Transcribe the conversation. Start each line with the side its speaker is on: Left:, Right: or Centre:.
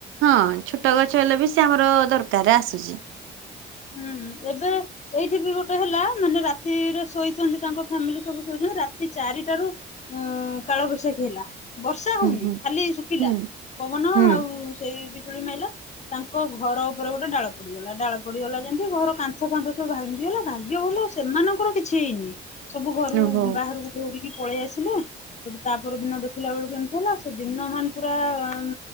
Right: ହଁ ଛୋଟ ଗଛ ହେଲେ ବି ସେ ଆମର ଦରକାର ଆସୁଛି?
Left: ହୁଁ ଏବେ ଏଇଠି ବି ଗୋଟେ ହେଲା ମାନେ ରାତିରେ ଶୋଇଛନ୍ତି ତାଙ୍କ ଫ୍ୟାମିଲି ସବୁ ଶୋଇଛନ୍ତି ରାତି ଚାରିଟା ରୁ ହୁଁ କାଳବୈଶାଖୀ ହେଲା ବର୍ଷା ହଉନି
Right: ହୁଁ ହୁଁ
Left: ଖାଲି ଶୁଖିଲା
Right: ହୁଁ
Left: ପବନ
Right: ହୁଁ।
Left: ଆଉ ସେଇ ବିଜୁଳି ମାଇଲା ତାଙ୍କ ଘର ଉପରେ ଗୋଟେ ଡାଳ ପଡିଗଲା ଡାଳ ପଡିଗଲା ଯେମତି ଘର କାନ୍ଥ ଫାନ୍ଥ ସବୁ ଭାଙ୍ଗିଗଲା ଭାଗ୍ୟ ଭଲ ସେମାନଙ୍କର କିଛି ହେଇନି। ସବୁ ଘରୁ
Right: ଓହୋ
Left: ବାହାରକୁ ଦୌଡିକି ପଳେଇ ଆସିଲେ। ସେଠୁ ତାପ ଦିନ ଦେଖିଲା ବେଳକୁ ଏମିତି ହେଲା ସେ ଦିନ ମାନ୍ ପୁରା ଉଁ